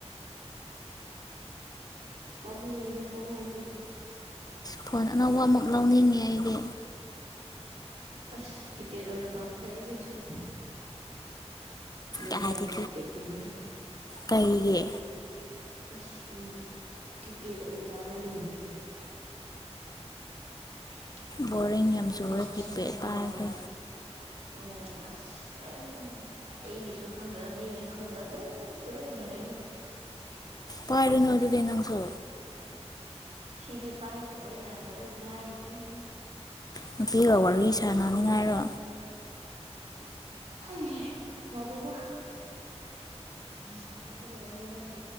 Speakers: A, on the right; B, on the left.
A: ꯄꯃꯨꯏꯌꯦꯗ ꯄꯥꯃꯨꯕꯗꯤ
B: ꯐꯣꯟ ꯑꯅꯧꯕ ꯑꯃꯨꯛ ꯂꯧꯅꯤꯡꯉꯦ ꯑꯩꯗꯤ
A: ꯑꯁ ꯀꯤꯄꯦꯗ ꯑꯣꯏꯅ ꯄꯥꯝꯃꯦꯗ ꯑꯩꯗꯤ ꯍꯧꯖꯤꯛ ꯅꫭꯀꯤꯌꯥꯒꯤ
B: ꯀꯥꯏꯗꯒꯤ
A: ꯀꯤꯄꯦꯗ ꯀꯨꯝꯕꯗꯨ
B: ꯀꯩꯒꯤ
A: ꯑꯁ ꯃꯤ ꯀꯤꯄꯦꯗ ꯅꯕꯨ ꯐꯘ꯭ꯔꯦ ꯀꯩꯅꯣ <inaudible>
B: ꯕꯣꯔꯤꯡ ꯌꯥꯝ ꯆꯨꯔꯦ
A: ꯅꫭ ꯁꯣꯁꯜ
B: ꯀꯤꯄꯦꯗ
A: ꯃꯦꯗꯤꯌꯥ
B: ꯄꯥꯏꯕꯗꯣ
A: ꯅꫭ ꯀꯩꯝ ꯑꯩꯒꯤꯁꯨ ꯈꯪꯗ ꯃꯤꯒꯤꯁꯨ ꯈꯪꯗ ꯑꯗꯨꯝ ꯇꯨꯃꯤꯟꯅ ꯂꯩꯅꯕ
B: ꯄꯥꯏꯔꯅ ꯑꯗꯨꯗꯤ ꯅꯪꯁꯨ
A: ꯁꯤꯗꯤ ꯄꯥꯏꯗꯕ ꯌꯥꯗꯕꯩ ꯄꯥꯏꯔꯤꯃꯤꯅꯤ
B: ꯅꯨꯄꯤꯒ ꯋꯥꯔꯤ ꯁꯥꯟꯅ ꯅꯤꯉꯥꯏꯔꯣ
A: ꯍꯩ ꯁꯥꯗꯦꯗ ꯁꯅꯤꯒꯗꯕ ꯃꯤ ꯅꯠꯇꯦ